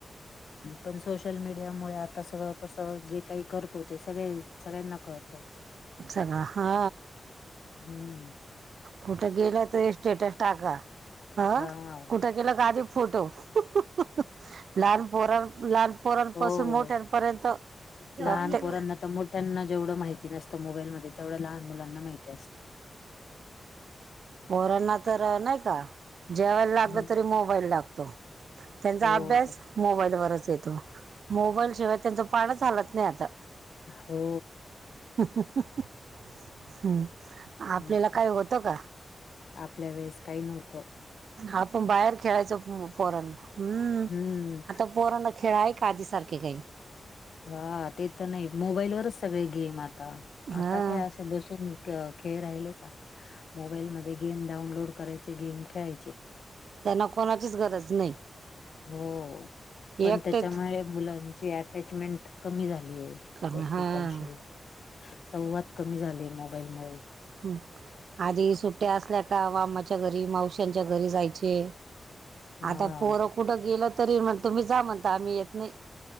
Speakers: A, on the left; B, on the right.
A: पण सोशल मीडिया मुळे आता आता सगळ कस, जे काही करतो ते सगळ सगळ्यांना कळत.
B: सगळ हा
A: हम्म
B: कुठे गेल तरी स्टेटस टाका. ह
A: हा.
B: कुठ गेल की आदी फोटो लहान पोर लहान पोरांपासून
A: हो.
B: मोठ्यांपर्यंत प्रत्येक
A: लहान पोरांना तर मोठ्यांना जेवढ माहिती नसत मोबाईलमध्ये तेवढ लहान मुलांना माहिती असत.
B: पोराना तर नाही का जेवायला लागल
A: हम्म
B: तरी मोबाईल लागतो. त्यांचा
A: हो
B: अभ्यास
A: ते
B: मोबाईलवरच येतो. मोबाईलशिवाय त्यांच पानच हलत नाही आता.
A: हो
B: हम्म, आपल्याला
A: हम्म.
B: काही होत का?
A: आपल्या वेळेस काही नव्हत.
B: आपण बाहेर खेळायचो पोरांण. हम्म
A: हम्म
B: आता पोरांणा खेळ आहे का आधी सारख. के गई
A: हा ते तर नाही. मोबाईल वरच सगळे गेम आता.
B: हा
A: आता काय असे बसून खेळ राहिले का? मोबाईलमध्येध्ये गेम डाउनलोड करायचे. गेम खेळायचे.
B: त्यांना कोणाचीच गरज नाही.
A: हो पण
B: एकटेेच
A: त्याच्यामुळे मुलांची अटॅचमेंट कमी झालीय
B: करण
A: एकमेकांशी.
B: हा
A: संवाद कमी झाले. मोबाईलमुळे
B: हम् आधी सुट्ट्या असल्या का मामाच्या घरी मावश्यांच्या घरी जायचे. ते
A: हा
B: आता पोरं कुठं गेल तरी म्हणत तुम्ही जा म्हणता आम्ही येत नाही.